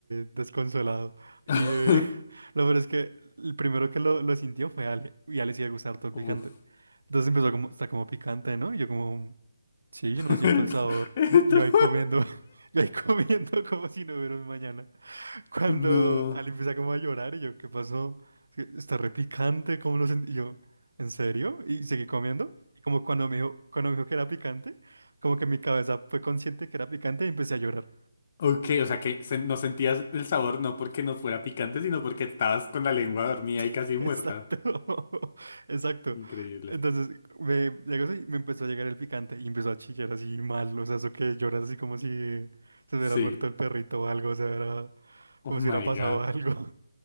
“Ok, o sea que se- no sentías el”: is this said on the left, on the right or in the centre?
Left